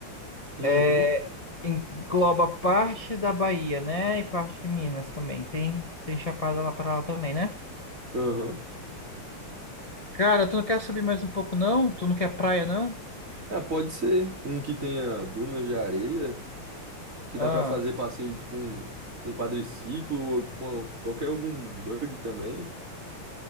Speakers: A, on the right; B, on the left.
A: Uhum.
B: É, engloba parte da Bahia, né? E parte de Minas também. Tem, tem Chapada lá pra lá também, né?
A: Aham.
B: Cara, tu não quer subir mais um pouco, não? Tu não quer praia, não?
A: Ah, pode ser um que tenha dunas de areia, que
B: Ah.
A: dá pra fazer passeio de- com, um quadriciclo ou com qualquer algum bug também.